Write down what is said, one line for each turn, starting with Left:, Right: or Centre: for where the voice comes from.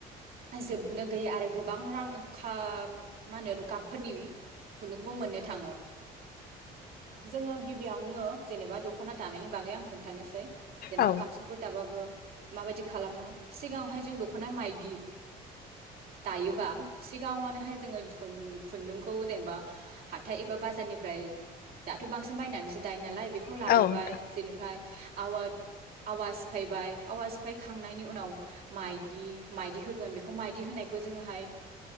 Right: जोबनो गैयि आरो गोबां रां खाम मा होनो गाबफोरनि खुनदुं मोननो थाङो जोङो गिबियावनो जेनेबा दख'ना दानायनि बागै आं खोन्थानोसै जेनेबा
Left: औ
Right: गामसाफोर दाबाबो माबायदि खालामो सिगाङावहाय जों दख'ना माइदि दायोबा सिगाङनोहाय जोङो खुन्दुंखौ जेनेबा हाथ बा बारनिफ्राय दाथ' बांसिन बायनानैायो नालाय लाबोबाय
Left: नोंथां औ नोंथां
Right: जेनिफाय आवा सिफायबाय आवा फायखांनायनि उनाव माइदि माइदि होगोन बेखौ माइदि होनायखौ जोङोहाय